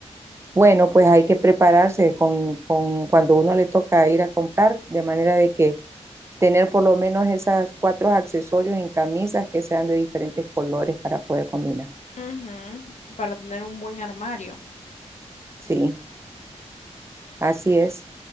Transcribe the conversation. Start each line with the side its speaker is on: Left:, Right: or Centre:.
Right: bueno, pues hay que prepararse con, con cuando uno le toca ir a comprar, de manera de que tener por lo menos esas cuatro accesorios en camisas que sean de diferentes colores para poder combinar.
Left: Ujú, Para tener un buen armario.
Right: Sí, así es.